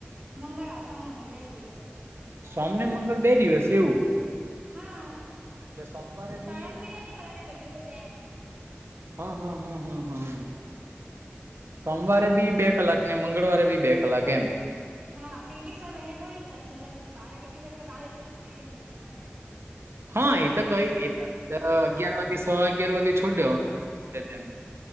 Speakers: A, on the right; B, on the right.
A: મંગળવાર સોમ મંગળ બે દિવસ.
B: સોમને મંગળ બે દિવસ એવું.
A: હા
B: એટલે સોમવારે
A: સણંગ
B: બી
A: બિર્યાની મળે ને બે બે.
B: હા હા હા હા હા હા સોમવારે બી. બે કલાક ને મંગળવારે બી બે કલાક એમ
A: હા કેમ કે સર રહે થોડી તો બ છલ્ બાર જ બાર જોડી રહે કોઈ
B: હા એ તો કઈ અગિયાર છવા અગિયાર વાગે છોડી દેવાનું